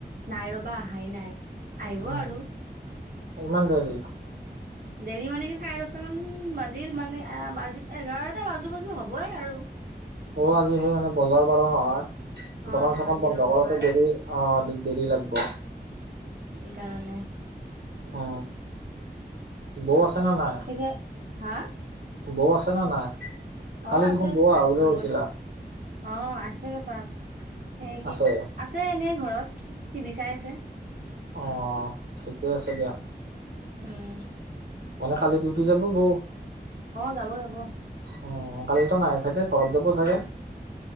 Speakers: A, on the right; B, on the right.
A: নাই ৰবা অহাই নাই আহিব
B: উম,
A: আৰু
B: ইমান দেৰি
A: ডেৰি মানে কি চাৰে দহটামান বাজিল মানে বাজি এঘাৰটা বাজু বাজু হ'বই আৰু
B: অ আজি সেই মানে বজাৰ বাৰু নহয়
A: অ',
B: দোকান চোকান
A: আজি
B: বন্ধ
A: ৰবিবাৰ
B: কৰতে দেৰি অহ দেৰি লাগব
A: এইকাৰণে
B: অ বৌ আছে নে নাই
A: পিছে হা
B: বৌ আছে নে নাই কালি
A: অ আছে
B: দেখোন
A: আছে
B: বৌ আহা বুলি
A: বও
B: কৈছিলা
A: এ অ আছে ৰ'বা এ কি
B: আছে
A: কয় আছে এনে ঘৰত টিভি চাই আছে
B: অ ঠিকে আছে দিয়া
A: উম
B: মানে কালি ডিউটি যাব বৌ
A: অ', যাব যাব।
B: উ কালিতো নাই চাগে ঘৰত যাব চাগে